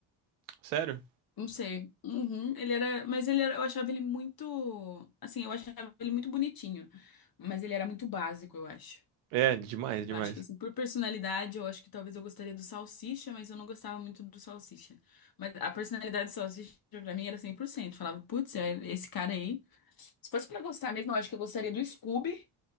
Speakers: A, on the right; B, on the left.
A: Sério?
B: Não sei. Uhum, ele era. Mas ele era. Eu achava ele muito. Assim, eu achava ele muito bonitinho. Mas ele era muito básico, eu acho.
A: É, demais, demais.
B: Eu acho que assim, por personalidade, eu acho que talvez eu gostaria do salsicha, mas eu não gostava muito do salsicha. Mas a personalidade do salsicha pra mim era cem por cento Falava, putz, é esse cara aí. Se fosse pra gostar mesmo, eu acho que eu gostaria do Scooby,